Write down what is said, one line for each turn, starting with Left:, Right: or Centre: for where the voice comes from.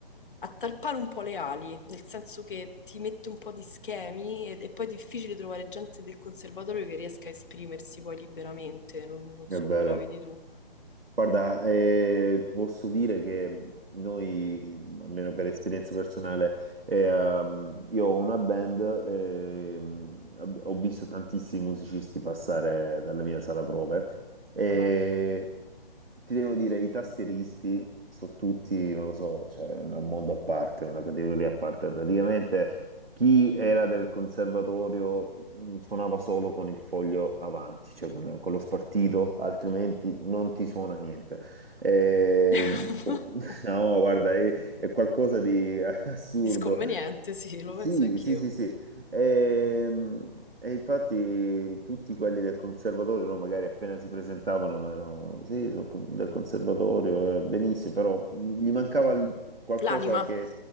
Left: a tarpare un po' le ali, nel senso che ti mette un po' di schemi ed- e, poi è difficile trovare gente del conservatorio che riesca a esprimersi poi liberamente, non, non
Right: è
Left: so
Right: vero.
Left: come la vedi tu.
Right: Guarda, eh, ti posso dire che noi, almeno per esperienza personale, eh, ehm, io ho una band, ehm, ab- ho visto tantissimi musicisti passare dalla mia sala prove e
Left: Ah.
Right: ti devo dire, i tastieristi sono tutti, non lo so, cioè, è un mondo a parte, è una categoria a parte praticamente. Chi era del conservatorio mh, suonava solo con il foglio avanti, cioè con, con lo spartito, altrimenti non ti suona niente. Ehm,
Left: <laughs>
Right: <laughs> no, guarda, è, è qualcosa di <laughs> assurdo.
Left: Disconveniente, sì, lo
Right: Sì,
Left: penso anch'io.
Right: sì, sì, sì. Ehm, E, infatti tutti quelli del conservatorio, no, magari appena si presentavano, erano, sì, sono con- del conservatorio, eh, benissimo, però gli mancava il- qualcosa
Left: L'anima,
Right: che...